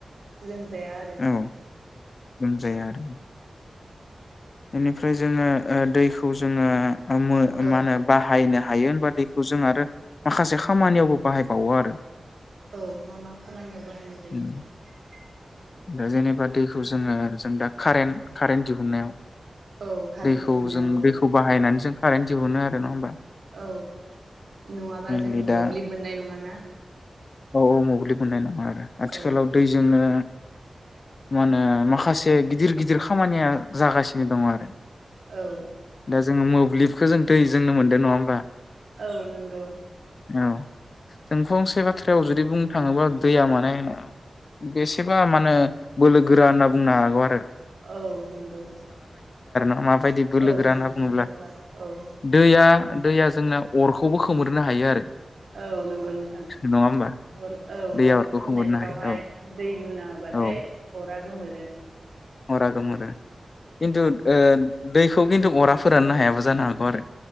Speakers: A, on the right; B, on the left.
A: लोंजाया आरो
B: औ लोमजाया आरो <inaudible> बेनिफ्राय जोङो दैखौ जोङो आमो
A: औ
B: मा होनो बाहायनो हायो होनबा दैखौ जों आरो माखासे खामानियावबो बाहाय बावो आरो
A: औ मा मा खामानियाव बाहायनो जायो।
B: उम दा जेनेबा दैखौ जोङो जों दा कारेन्ट कारेन्ट दिहुननायाव
A: औ कारेन्टनि
B: दैखौ
A: अनलायाव
B: जों
A: औ
B: दैखौ बाहायनानै जों कारेनट दिहुनो आरो नंङा होनबा
A: औ नङाबा
B: मेनलि
A: जों
B: दा
A: मोब्लिब मोननाय नङाना।
B: औ औ मोब्लिब मोन्नाय नङा आरो आथिखालाव
A: औ
B: दैजोंनो मा होनो माखासे गिदिर गिदिर खामानिया जागासिनो दङ आरो
A: औ
B: जों मोब्लिबखौ जों दैजोंनो मोनदों नङा होमबा?
A: औ नंगौ
B: औ जों फंसे बाथ्रायाव जुदि बुंनो थाङोबा दैया माने बेसेबा माने बोलो गोरा होनना बुंनो हागौ आरो
A: औ नोंगौ नोंथां
B: मा बायदि बोलोगोरा
A: औ
B: होनना
A: सानना
B: बुङोब्ला
A: नायोब्ला औ
B: दैया दैया जोंना अरखौबो खोमोरनो हायो आरो
A: औ नंगौ नोंथां
B: नङा होमबा
A: अर औ
B: दैया
A: अर
B: अरखौ
A: खामनायफोरावहाय
B: खोमोरनो हायो औ
A: दै लुना होबाथाय
B: औ
A: अरा गोमोरो
B: अरा गोमरो खिन्थु ओ दैखौ खिन्थु अरा फोराननो हायाबो जानो हागौ आरो